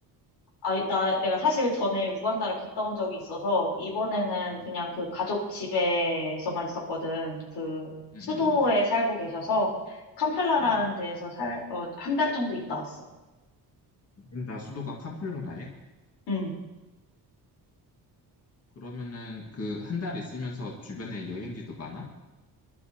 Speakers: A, on the left; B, on the left.
A: 아, 나 내가 사실 전에 우간다를 갔다 온 적이 있어서 이번에는
B: 응,
A: 그냥 그 가족 집에서만 있었거든.
B: 응,
A: 그
B: 응,
A: 수도에
B: 응.
A: 살고 계셔서 캄팔라라는
B: 응.
A: 데에서 살, 어, 한 달 정도 있다 왔어.
B: 우간다 수도가 캄플가라에?
A: 응.
B: 그러면은 그 한 달 있으면서 주변에 여행지도 많아?